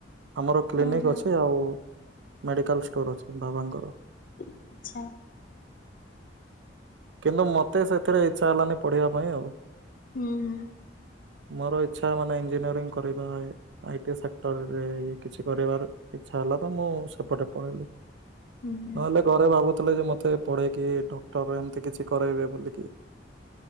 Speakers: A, on the right (about 70°); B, on the left (about 50°).
A: ଆମର କ୍ଲିନିକ
B: ୟୁ ହୁଁ ହୁଁ
A: ଅଛି ଆଉ ମେଡିକାଲ ଷ୍ଟୋର ଅଛି ବାବାଙ୍କର
B: ଆଚ୍ଛା।
A: କିନ୍ତୁ ମତେ ସେଥିରେ ଇଚ୍ଛା ହେଲାନି ପଢିବା ପାଇଁ ଆଉ
B: ହୁଁ। ହୁଁ
A: ମୋର ଇଚ୍ଛା ମାନେ ଇଞ୍ଜିନିୟରିଂ କରିବା ଏ ଆଇ ଟି ସେକ୍ଟରରେ ଇଏ କିଛି କରିବାର ଇଚ୍ଛା ହେଲା ତ ମୁଁ ସେପଟେ ପଳେଇଲି।
B: ହୁଁ ହୁଁ
A: ନହେଲେ ଘରେ ଭାବୁଥିଲେ କି ମତେ ପଢେଇକି ଡକ୍ଟର ଏମିତି କିଛି କରେଇବେ ବୋଲି। କିଏ